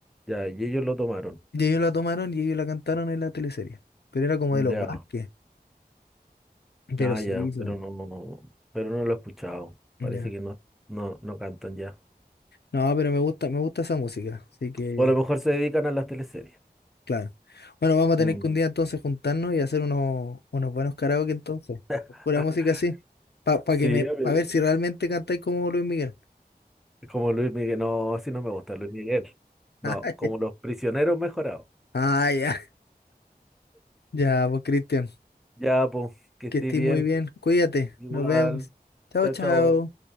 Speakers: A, in the centre; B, on the left (about 80°).
A: ya, y ellos lo tomaron.
B: Y ellos la tomaron y ellos la cantaron en la teleserie. Pero era como
A: Ya.
B: de los Vázquez. Pero
A: Ah,
B: sí,
A: ya,
B: son-
A: pero no, no- no, pero no lo he escuchado. Parece
B: ya.
A: que no, no, no cantan ya.
B: No, pero me gusta, me gusta esa música. Así que,
A: O a lo mejor se dedican a las teleseries.
B: claro. Bueno, vamos a tener
A: Mm.
B: que un día entonces juntarnos y hacer unos, unos buenos karaoke entonces.
A: <laughs>
B: con Pura música así. Para
A: Sí,
B: que me,
A: a
B: pa
A: ver,
B: ver si realmente cantáis como Luis Miguel.
A: como Luis Miguel. No, sí no me gusta Luis Miguel. No,
B: <laughs>
A: como los prisioneros mejorados.
B: Ah, ya. Ya, pues Cristian.
A: Ya, pues, que
B: Que
A: estés
B: estés
A: bien.
B: muy bien. Cuídate.
A: Igual.
B: Nos vemos. Chao,
A: Chao,
B: chao.
A: chao.